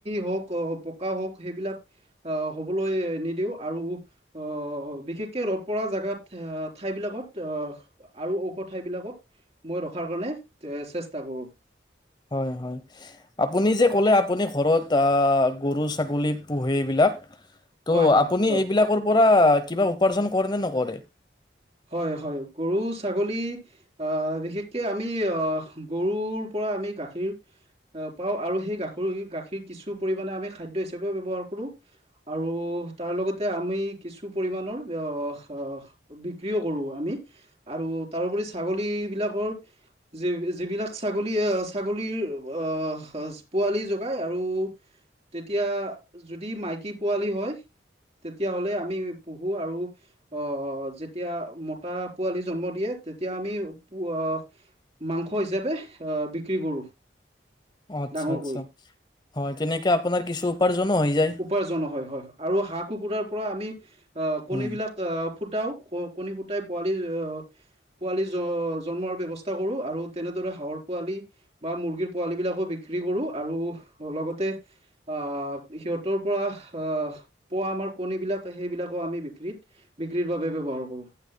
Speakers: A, on the right; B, on the left.
A: হওঁক, বোকা হওঁক সেইবিলাক আ, হ'বলৈ নিদিওঁ। আৰু অ', বিশেষকে ৰদ পৰা জেগাত ঠে-ঠাইবিলাকত আ, আৰু ওখ ঠাইবিলাকত মই ৰখাৰ কাৰণে এ, চেষ্টা কৰোঁ।
B: হয়, হয়। আপুনি যে ক'লে আপুনি ঘৰত আ, গৰু ছাগলী পোহে এইবিলাক। ত'
A: হয় হয়
B: আপুনি
A: হয়
B: এইবিলাকৰ পৰা কিবা উপাৰ্জন কৰে নে নকৰে?
A: হয়, হয়। গৰু ছাগলী আ, বিশেষকে আমি আ, গৰুৰ পৰা আমি গাখীৰ আ, পাওঁ আৰু সেই গাখৰি গাখীৰ কিছু পৰিমাণে আমি খাদ্য হিচাপে ব্যৱহাৰ কৰোঁ। আৰু তাৰ লগতে আমি কিছু পৰিমাণৰ অ-অহ বি বিক্ৰীয়ো কৰোঁ আমি, আৰু তাৰোপৰি ছাগলী বিলাকৰ যি যিবিলাক ছাগলী আ, ছাগলীৰ আহ, পোৱালি জগাই আৰু তেতিয়া, যদি মাইকী পোৱালি হয়। তেতিয়াহ'লে আমি পঢ়ো, আৰু অ', যেত যেতিয়া মতা পোৱালি জন্ম দিয়ে, তেতিয়া আমি পো আ মাংস হিচাপে আ, বিক্ৰী কৰোঁ।
B: আচ্ছা,
A: ডাঙৰ
B: আচ্ছা।
A: কৰি
B: হয়, তেনেকে আপোনাৰ কিছু উপাৰ্জনো হৈ যায়।
A: উপাৰ্জন হয়, হয়। আৰু হাঁহ কুকুৰাৰ পৰা আমি অ', কণীবিলাক
B: উম,
A: অ', ফুটাও ক কণী ফুটাই পোৱালি অ পোৱালি জ-জন্মো হোৱাৰ ব্যৱস্থা কৰোঁ, আৰু তেনেদৰে হাঁহৰ পোৱালি বা মুৰ্গীৰ পোৱালী বিলাকো বিক্ৰী কৰোঁ আৰু লগতে আ, সিহঁতৰ পৰা আ, পোৱা আমাৰ কণীবিলাক সেইবিলাকো আমি বিক্ৰীত বিক্ৰীৰ বাবে ব্যৱহাৰ কৰোঁ,